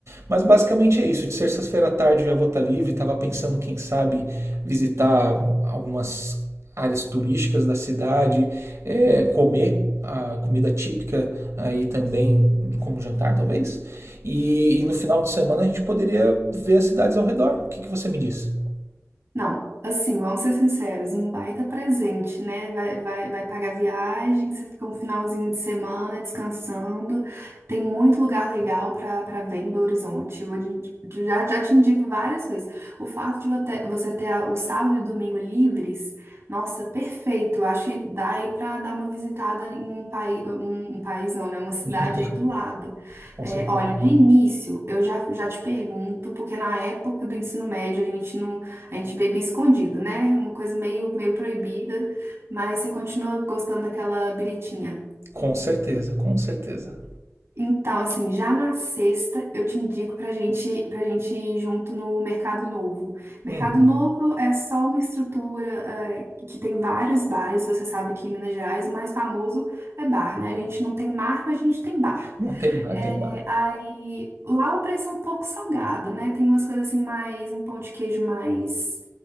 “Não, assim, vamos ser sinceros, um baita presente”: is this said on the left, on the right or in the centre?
Right